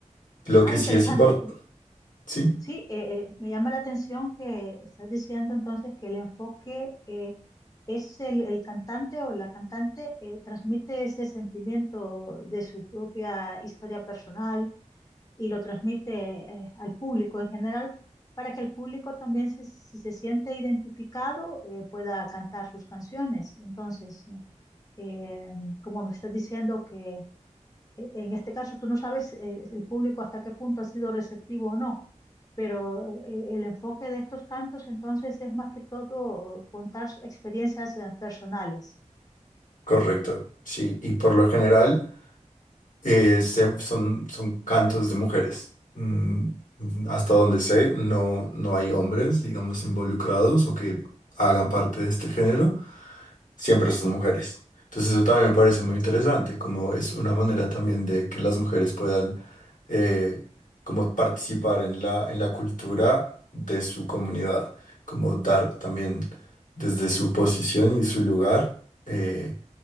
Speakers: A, on the left (about 85°); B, on the left (about 30°).
A: Lo
B: Ah,
A: que
B: interesante.
A: sí es importante, sí,
B: Sí, eh, eh, me llama la atención que estás diciendo entonces que el enfoque eh, es el, el cantante o la cantante eh, transmite ese sentimiento de su propia historia personal y lo transmite eh, al público en general para que el público también se- si se siente identificado eh, pueda cantar sus canciones. Entonces, eh, como me estás diciendo que eh, en este caso tú no sabes eh, el público hasta qué punto ha sido receptivo o no pero eh, el enfoque de estos cantos entonces es más que todo contar s- experiencias eh, personales.
A: correcto, sí, y por lo general... Eh, se- son, son cantos de mujeres. Mm, mm, hasta donde sé, no, no hay hombres, digamos, involucrados o que hagan parte de este género siempre son mujeres. Entonces eso también me parece muy interesante, como es una manera también de que las mujeres puedan eh, como participar en la, en la cultura de su comunidad, como dar también desde su posición y su lugar, eh,